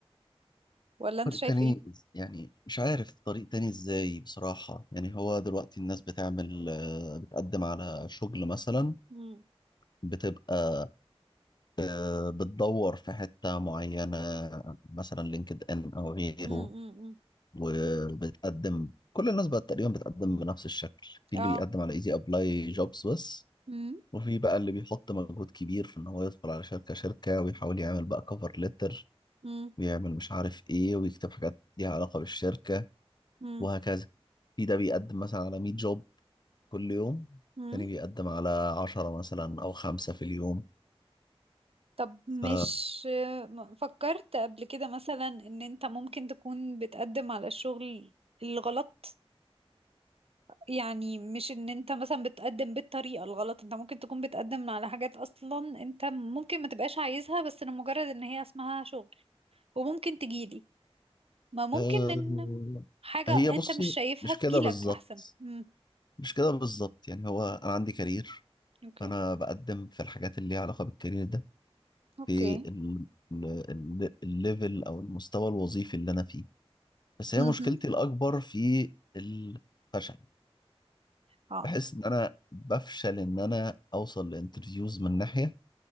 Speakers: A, on the right; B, on the left.
A: ولا انت
B: طريق
A: شايف
B: تاني
A: ايه
B: إز- يعني مش عارف طريق تاني ازاي بصراحة يعني هو دلوقتي الناس بتعمل آه، بتقدم على شغل مثلا
A: مم.
B: بتبقى آه، بتدور في حتة معينة مثلا لينكد ان او غيره
A: مم. مم. مم.
B: وبتقدم كل الناس بقت تقريبا بتقدم بنفس الشكل في
A: اه
B: اللي بيقدم على ايزي ابلاي جوبز بس
A: مم.
B: وفي بقى اللي بيحط مجهود كبير في ان هو يدخل على شركة شركة ويحاول يعمل بقى كفر ليتر
A: مم.
B: ويعمل مش عارف ايه ويكتب حاجات ليها علاقة بالشركة
A: مم.
B: وهكذا في ده بيقدم مثلا على 100 جوب كل يوم
A: مم.
B: تاني بيقدم على 10 مثلا او خمسة في اليوم
A: طب مش
B: ف
A: م- فكرت قبل كده مثلا ان انت ممكن تكون بتقدم على الشغل الغلط يعني مش ان انت مثلا بتقدم بالطريقة الغلط انت ممكن تكون بتقدم على حاجات اصلا انت ممكن ما تبقاش عايزها بس لمجرد ان هي اسمها شغل وممكن تجيلي ما ممكن
B: آه،
A: ان حاجة
B: هي بصي
A: انت مش شايفها
B: مش
A: تجيلك
B: كده بالظبط
A: احسن امم
B: مش كده بالظبط يعني هو انا عندي كارير
A: اوكي
B: فانا بقدم في الحاجات اللي ليها علاقه بالكارير ده
A: اوكي
B: في ال- ال- ال- الليفل او المستوى الوظيفي اللي انا فيه بس هي
A: امم
B: مشكلتي الاكبر في الفشل
A: اه
B: بحس ان انا بفشل ان انا اوصل لانترفيوز من ناحيه